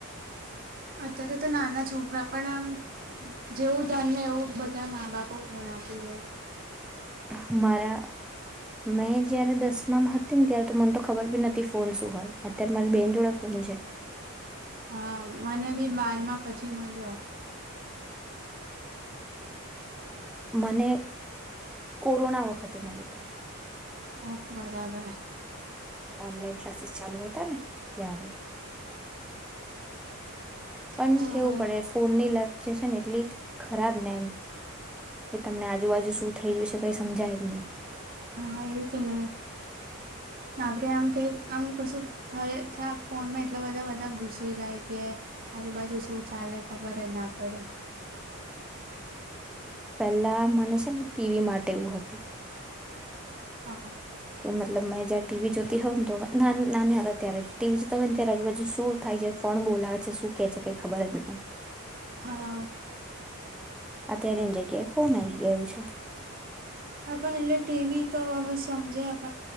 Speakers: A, on the right (about 40°); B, in the centre.
A: અત્યારે તો નાના છોકરા પણ જેવું જન્મે એવું બધા મા બાપો ફોન આપી દે.
B: મારા મેં જયારે દસમામાં હતી ને ત્યારે તો મને તો ખબર બી નથી ફોન શું હોય અત્યારે મારે બેન જોડાે ફોન છે.
A: હા મને બી બારમાં પછી મળ્યો. <inaudible>
B: મને કોરોના વખતે મળ્યું હતો.
A: ઓ બરાબર.
B: ઓનલાઈન ક્લાસીસ ચાલુ હતા ને ત્યારે. પણ
A: તો હવે
B: કેવું પડે ફોન ની લત છે ને એટલી ખરાબ ને એમ. કે તમને આજુબાજુ શું થઈ ગયું છે. કઈ સમજાય જ નહી.
A: હા એજના. આપે આમ કઈ આમ કશું થય થ ફોનમાં એટલા બધા બધા ઘુસી જાય કે આજુબાજુ શું ચાલે ખબર જ ના પડે.
B: પેલા મને છે ને ટીવી માટે એવું હતું.
A: હા.
B: કે મતલબ મેં જયારે ટીવી જોતી હોય ને નાના હતા ત્યારે ટીવી જોતા હોય ને ત્યારે આજુ બાજુ શું થાય છે કોણ બોલાવે છે શું કે છે કઈ ખબર જ નથી.
A: હા
B: અત્યારેની જગ્યાએ ફોન આઈ ગું છે.
A: હ પણ એટલે ટીવી તો હવે સમજે આપ